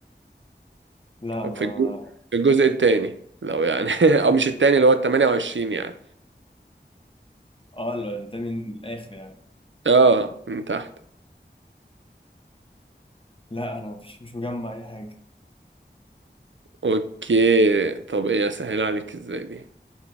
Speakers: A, on the left; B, on the right.
A: لا
B: طب
A: ما
B: في الجزء, في الجزء
A: مش
B: التاني لو يعني <laughs> او مش التاني اللي هو ال 28 يعني
A: اه ال- ده من الآخر يعني
B: اه من تحت
A: لا أنا مش مش مجمع أي حاجة
B: اوكي طب ايه اسهل عليك ازاي دي